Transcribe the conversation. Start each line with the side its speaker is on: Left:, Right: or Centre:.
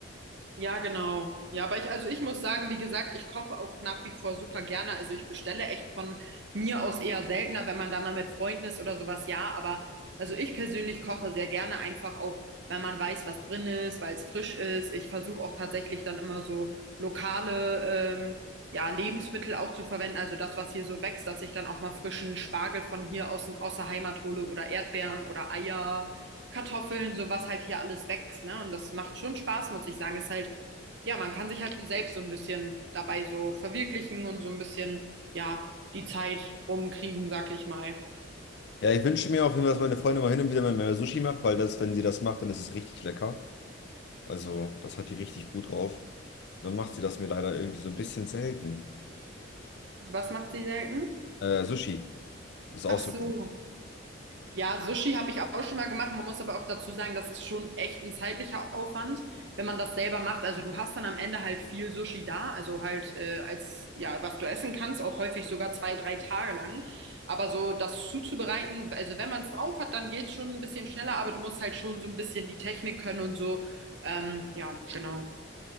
Right: Ja, genau. Ja, aber ich, also ich muss sagen, wie gesagt, ich koche auch nach wie vor super gerne. Also ich bestelle echt von mir aus eher seltener, wenn man da mal mit Freunden ist oder sowas, ja. Aber also ich persönlich koche sehr gerne einfach auch, weil man weiß, was drin ist, weil es frisch ist. Ich versuche auch tatsächlich dann immer so lokale, ähm, ja, Lebensmittel auch zu verwenden. Also das, was hier so wächst, dass ich dann auch mal frischen Spargel von hier aus, aus der Heimat hole oder Erdbeeren oder Eier. Kartoffeln, so was halt hier alles wächst, ne? Und das macht schon Spaß, muss ich sagen. Ist halt, ja, man kann sich halt so selbst so ein bisschen dabei so verwirklichen und so ein bisschen, ja, die Zeit rumkriegen, sag ich mal.
Left: Ja, ich wünsche mir auf jeden Fall, dass meine Freundin mal hin und wieder mal mehr Sushi macht, weil das, wenn sie das macht, dann ist es richtig lecker. Also, das hat die richtig gut drauf. Dann macht sie das mir leider irgendwie so ein bisschen selten.
Right: Was macht sie selten?
Left: Äh, Sushi ist auch
Right: Ach so.
Left: so.
Right: Ja, Sushi habe ich auch schon mal gemacht. Man muss aber auch dazu sagen, das ist schon echt ein zeitlicher Aufwand, wenn man das selber macht. Also du hast dann am Ende halt viel Sushi da, also halt äh, als ja, was du essen kannst, auch häufig sogar zwei, drei Tage lang. Aber so das zuzubereiten, also wenn man es drauf hat, dann geht's schon ein bisschen schneller, aber du musst halt schon so ein bisschen die Technik können und so. Ähm, ja, genau,